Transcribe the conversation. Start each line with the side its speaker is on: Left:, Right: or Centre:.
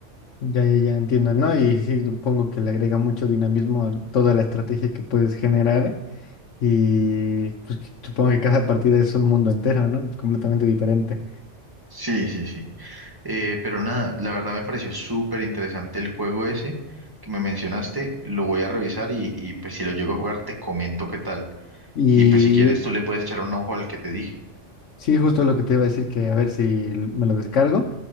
Left: Ya, ya, ya entiendo, ¿no? Y sí, supongo que le agrega mucho dinamismo a toda la estrategia que puedes generar ¿eh? y pues que- supongo que cada partida es un mundo entero, ¿no? Completamente diferente.
Right: Sí, sí, sí. Eh, pero nada, la verdad me pareció súper interesante el juego ese que me mencionaste, lo voy a revisar y, y pues si lo llego a jugar te comento qué tal.
Left: Y
Right: Y pues si quieres tú le puedes echar un ojo al que te dije.
Left: Sí, justo lo que te iba a decir, que a ver si l- me lo descargo